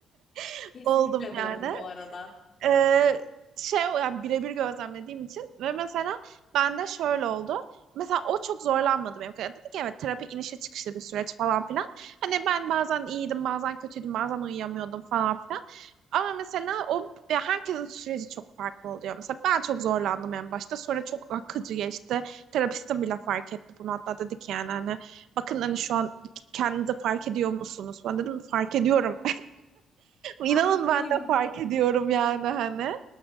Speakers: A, on the right; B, on the left.
A: <laughs>
B: Kesinlikle
A: oldum
B: doğru
A: yani.
B: bu arada.
A: Ee, şey yani birebir gözlemlediğim için ve mesela bende şöyle oldu. Mesela o çok zorlanmadı benim kadar. Dedi ki evet terapi inişe çıkışlı bir süreç falan filan. Hani ben bazen iyiydim, bazen kötüydüm, bazen uyuyamıyordum falan filan. Ama mesela o ya herkesin süreci çok farklı oluyor. Mesela ben çok zorlandım en başta. Sonra çok akıcı geçti. Terapistim bile fark etti bunu. Hatta dedi ki yani hani bakın hani şu an kendinizi fark ediyor musunuz? Ben dedim fark ediyorum
B: Farkındayım.
A: İnanın ben de fark ediyorum yani hani.